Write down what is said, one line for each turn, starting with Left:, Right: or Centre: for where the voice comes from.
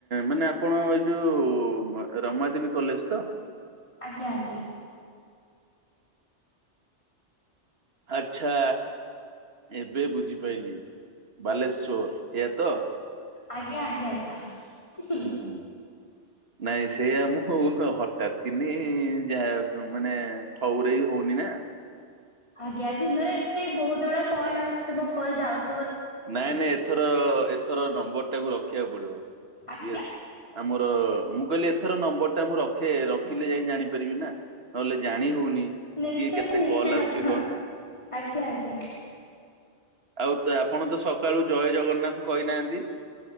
Right: ମାନେ ଆପଣ ଏଇ ଯୋଉ ରମା ଦେବୀ କଲେଜ ତ
Left: ଆଜ୍ଞା ଆଜ୍ଞା
Right: ଆଚ୍ଛା ଏବେ ବୁଝିପାରଲିି ବାଲେଶ୍ଵର ଏଆ ତ
Left: ଆଜ୍ଞା ଆଜ୍ଞା ସାର୍ ହୁ।
Right: ହୁଁ ହୁଁ। ନାଇଁ ସେୟା ମୁଁ ହଠାତ୍ କିିନି ଯାହା ମାନେ ଠଉରେ ହଉ ଉନିନା
Left: ଆଜ୍ଞା ଦିନରେ ଏତେ ବହୁତ ଗୁଡା କଲ୍ ଆସିଥିବ କଲ ଯାଉ
Right: ନାଇଁ ନାଇଁ ଏଥର ଏଥର ନମ୍ବର ଟାକୁ ରଖିବାକୁ ପଡିବ
Left: ଆଜ୍ଞା
Right: ୟସ୍ ଆମର ମୁଁ କହିଲି ଏଥର ନମ୍ବର ଟା ମୁଁ ରଖେ ରଖିଲେ ଯାଇକି ଜାଣିପାରିବି ନା ନହେଲେ ଜାଣି ହଉନି
Left: ନିଶ୍ଚୟ
Right: କିଏ କେତେ
Left: ନିଶ୍ଚୟ
Right: କଲ୍ ଆସୁଛି
Left: ଆପଣ
Right: କଣ
Left: ଆଜ୍ଞା ଆଜ୍ଞା।
Right: ଆଉ ତ ଆପଣ ତ ସକାଳୁ ଜୟ ଜଗନ୍ନାଥ କହିନାହାନ୍ତି